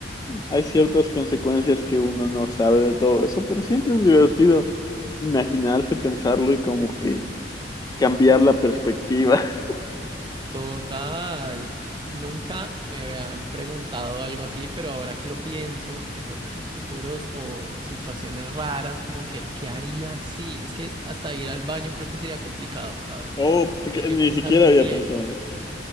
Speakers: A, on the left (about 20°); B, on the right (about 25°).
A: Hay ciertas consecuencias que uno no sabe de todo eso, pero siempre es divertido imaginarse, pensarlo y como que cambiar la perspectiva. <laughs>
B: Total. Nunca me habían preguntado algo así, pero ahora que lo pienso, eso- esos futuros o situaciones raras, como que, ¿qué haría si? Es que hasta ir al baño creo que sería complicado, ¿sabes?
A: Oh, porque
B: Hay que
A: ni
B: pensar
A: siquiera
B: muy
A: había
B: bien.
A: pensado en eso.